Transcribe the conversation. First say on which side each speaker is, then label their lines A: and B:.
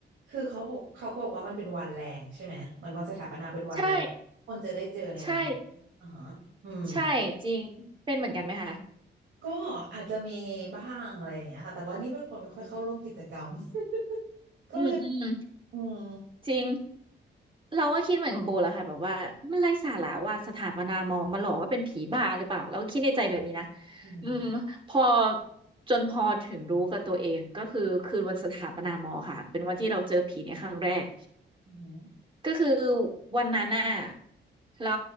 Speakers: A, on the right; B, on the right.
A: คือเขาบอกเขาบอกว่ามันเป็นวันแรงใช่ไหมมันวันสถาปนาเป็นวันแรงคนจะได้เจอในวันนี้อ่าฮะอืม
B: ใช่ใช่ใช่จริงเป็นเหมือนกันไหมคะ
A: ก็อาจจะมีบ้างอะไรอย่างเงี้ยค่ะแต่ว่านี่เป็นคนไม่ค่อยเข้าร่วมกิจกรรม
B: อื
A: <laughs> ก็เลย
B: มอืม
A: อืม
B: จริงเราก็คิดเหมือนคุณโบแหละค่ะแบบว่ามันไร้สาระว่าสถาปนามอมาหลอกว่าเป็นผีบ้าหรือเปล่าเราคิดในใจแบบนี้นะ
A: อืม
B: อืมพอจนพอถึงรู้กับตัวเองก็คือคืนวันสถาปนามอค่ะเป็นวันที่เราเจอผีในครั้งแรก
A: อืม
B: ก็คือวันนั้นน่ะเรา